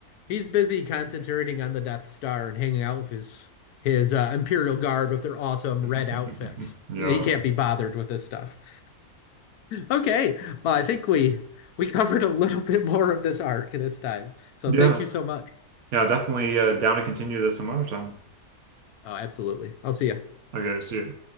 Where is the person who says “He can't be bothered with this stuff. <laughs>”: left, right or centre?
Left